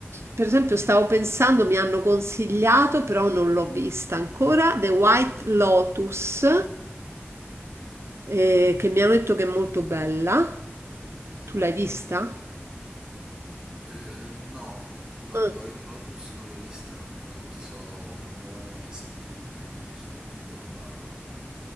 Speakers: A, on the right; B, on the right.
A: Per esempio, stavo pensando, mi hanno consigliato, però non l'ho vista ancora, The White Lotus, eh, che mi hanno detto che è molto bella. Tu l'hai vista?
B: Eh, no, no,
A: Ah,
B: The White Lotus non l'ho vista, non, non ti so, non l'ho neanche sentita, quindi non so neanche di cosa parla.